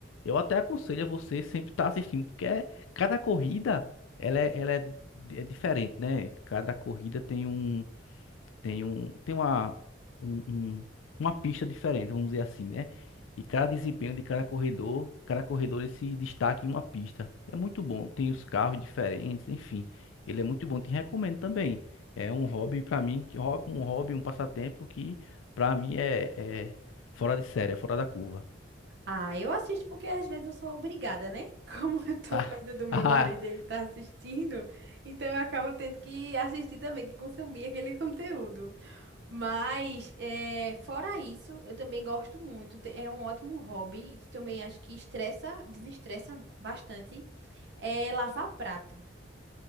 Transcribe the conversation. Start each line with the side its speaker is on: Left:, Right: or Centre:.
Left: Eu até aconselho a você sempre estar assistindo, porque é- cada corrida ela é, ela é, é diferente, né? Cada corrida tem um tem um, tem uma, um- um- uma pista diferente, vamos dizer assim, né? E cada desempenho de cada corredor, cada corredor ele se destaca em uma pista. É muito bom, tem os carros diferentes, enfim. Ele é muito bom, te recomendo também. É um hobby para mim, que hobby, um hobby, um passatempo que para mim é, é fora de série, é fora da curva.
Right: Ah, eu assisto porque às vezes eu sou obrigada, né? <laughs> Como eu tô
Left: <laughs>
Right: perto do meu
Left: Ah,
Right: marido, e ele tá assistindo, então eu acabo tendo que assistir também, que consumir aquele conteúdo. Mas, é, fora isso, eu também gosto muito. te- É um ótimo hobby e que também acho que estressa, desestressa bastante. É lavar prato.